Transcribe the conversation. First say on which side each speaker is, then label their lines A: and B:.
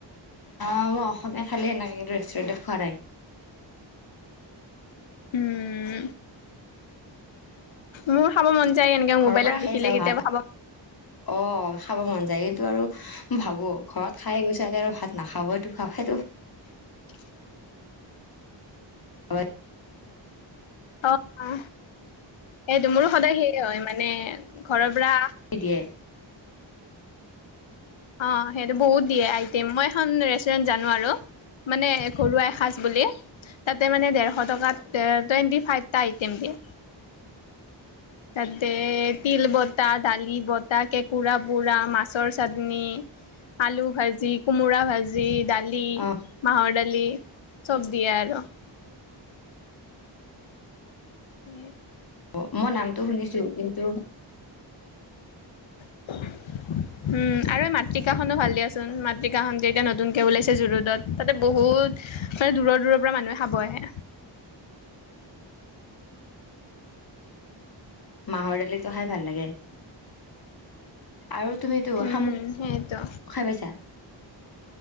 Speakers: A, on the left; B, on the left.
A: অ মই অসমীয়া খালী সেনেকে কিন্তু ৰেষ্টুৰেণ্টত খোৱা নাই।
B: উম মোৰ খাব মন যায় এনেকে
A: ঘৰৰ
B: মোবাইলত
A: পৰা খাই
B: দেখিলে
A: যাওঁ
B: কেতিয়াবা
A: ভাত
B: খাব
A: অ খাব মন যায় কিন্তু আৰু ভাবোঁ ঘৰত খাই গৈছে আ আৰু ভাত নাখাব ইটো সেইটো
B: <inaudible>
A: হয়।
B: অ অ এইটো মোৰো সদায় সেয় হয় মানে ঘৰৰ পুৰা
A: নিদিয়ে
B: অ সেইটো বহুত দিয়ে আইটেম মই এখন ৰেষ্টুৰেন্ট জানোঁ আৰু। মানে ঘৰুৱা এসাজ বুলি তাতে মানে ডেৰশ টকা টুৱেন্টি ফাইপ টা আইটিয়েম দিয়ে <inaudible> তাতে তিল বতাহ দালি বতাহ কেঁকোৰা পুৰা মাছৰ চাটনি আলু ভাজি কোমোৰা ভাজি ভাজি ডালি
A: অ
B: মাহৰ দালি দালি চব দিয়ে আৰু নিম
A: অ মই নামটো শুনিছোঁ কিন্তু
B: <unintelligible> উম আৰু এই মাতৃকাখনো ভাল দিয়াচোন মাতৃকাখনটো এতিয়া নতুনকে ওলাইছে জুৰুডত তাতে বহুত ত মানে দূৰৰ দূৰৰ পৰা মানুহে খাব আহে
A: মাহৰ দালি খাই ভাল লাগে আৰু তুমিতো
B: উম
A: শামোক
B: সেইয়েতো
A: খাই পাইছা?